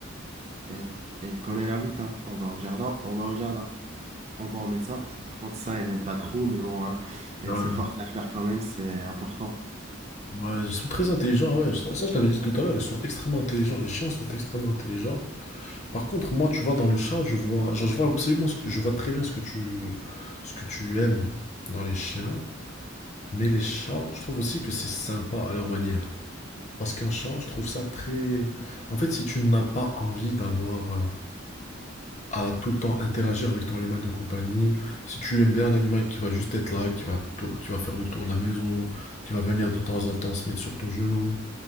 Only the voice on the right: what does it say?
elle, elle connaît la route, hein. On va au jardin, on va au jardin. On va au médecin. Ça, par contre, ça, elle n'aime pas trop, mais bon, hein, elle
se force à le faire quand même, c'est important.